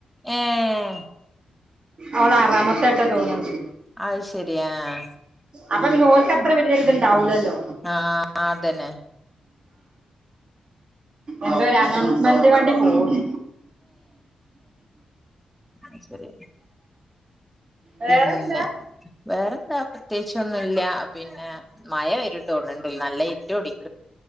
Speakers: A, in the centre; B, on the right.
A: ഏഹ്
B: അവള അറാമത്തായിട്ടാ തോന്നണ്
A: അത് ശരി ആഹ്
B: അപ്പൊ പിന്നെ ഓര്ക്ക് അത്ര വലിയൊരിത് ഇണ്ടാവില്ലല്ലോ.
A: ആ അത്തന്നെ.
B: എന്തൊ ഒരു അന്നൗൺസ്‌മെന്റ് വണ്ടി പോകുന്നു.
A: അത് ശരിയാ
B: വേറെന്താ
A: പിന്നെ വേറെന്താ പ്രത്യേകിചൊന്നുല്ല. പിന്നെ മയ വരൂന്നു തോന്നണ്ട് നല്ല ഇരുട്ടു ഇടിയും